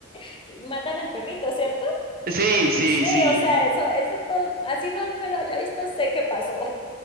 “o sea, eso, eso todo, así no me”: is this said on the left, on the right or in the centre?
Left